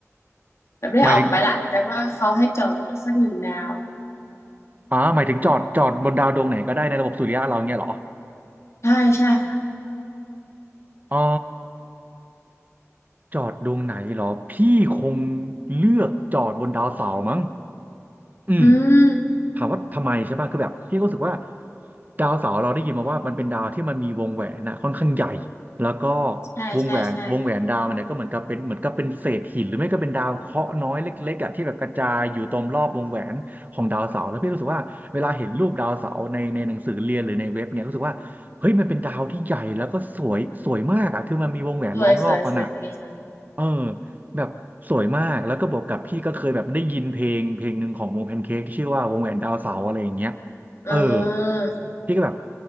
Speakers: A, on the left; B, on the right.
A: แบบได้ออกไปละแต่ว่าเขาให้จอดสักหนึ่งดาว
B: หมายถึงอ๋อหมายถึงจอดจอดบนดาวดวงไหนก็ได้ในระบบสุริยะเราเงี้ยเหรอ
A: ใช่ใช่ค่ะ
B: อ๋อจอดดวงไหนเหรอ พี่คงเลือกจอดบนดาวเสาร์มั้งอืม
A: อืม
B: ถามว่าทำไมใช่ป่ะคือแบบพี่ก็รู้สึกว่าดาวเสาร์เราได้ยินมาว่ามันเป็นดาวที่มันมีวงแหวนนะค่อนข้างใหญ่แล้วก็
A: ใช่ใช่ใช่
B: วงแหวนวงแหวนดาวมันเนี่ยก็เหมือนกับเป็นเหมือนกับเป็นเศษหินหรือไม่ก็เป็นดาวเคราะห์น้อยเล็กๆอ่ะที่แบบกระจายอยู่ตรงรอบวงแหวนของดาวเสาร์แล้วพี่รู้สึกว่าเวลาเห็นรูปดาวเสาร์ในในหนังสือเรียนหรือในเว็บเนี่ยรู้สึกว่าเฮ้ยมันเป็นดาวที่ใหญ่แล้วก็สวยสวยมากอ่ะคือมันมีวงแหวนล้อมรอบมันอ่ะ
A: สวยสวยสวยจริงค่ะ
B: เออแบบสวยมากแล้วก็บวกกับพี่ก็เคยแบบได้ยินเพลงเพลงหนึ่งของวงแพนเค้กที่ชื่อว่าวงแหวนดาวเสาร์อะไรอย่างเงี้ย
A: อ่
B: เออ
A: า
B: พี่ก็แบบ